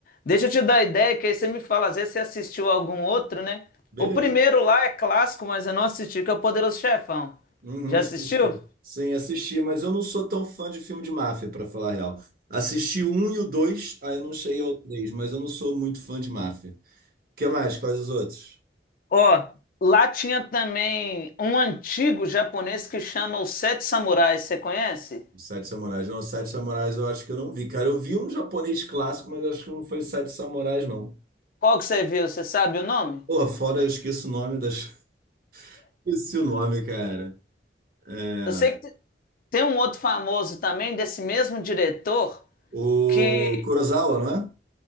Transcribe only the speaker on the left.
Deixa eu te dar a ideia, que aí você me fala, às vezes você assistiu algum outro, né?
O primeiro lá é clássico, mas eu não assisti, que é o Poderoso Chefão.
Já
assistiu?
Ó, lá tinha também um antigo japonês que chama Os Sete Samurais, você conhece?
Qual que você viu? Você sabe o nome?
Eu sei que te- tem um outro famoso também desse mesmo diretor
que